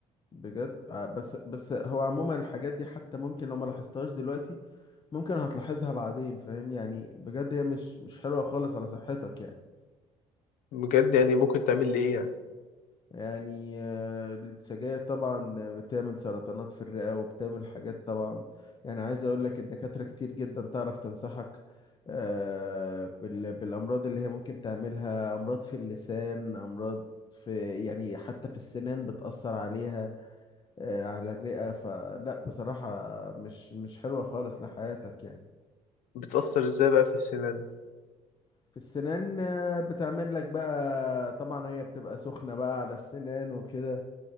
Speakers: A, on the left; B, on the left.
A: بجد آه، بس بس هو عموما الحاجات دي حتى ممكن لو ما لاحظتهاش دلوقتي ممكن هتلاحظها بعدين فاهم يعني بجد هي مش مش حلوة خالص على صحتك يعني
B: بجد يعني ممكن تعمل لي إيه يعني
A: يعني آه، السجاير طبعا بتعمل سرطانات في الرئة وبتعمل حاجات طبعا يعني عايز اقول لك الدكاترة كتير جدا تعرف تنصحك آه، بال- بالامراض اللي هي ممكن تعملها امراض في اللسان امراض في يعني حتى في السنان بتأثر عليها آه، على الرئة فلا بصراحة مش مش حلوة خالص لحياتك يعني
B: بتأثر إزاي بقى في السنان
A: في السنان آه، بتعمل لك بقى طبعا هي بتبقى سخنة بقى على السنان وكده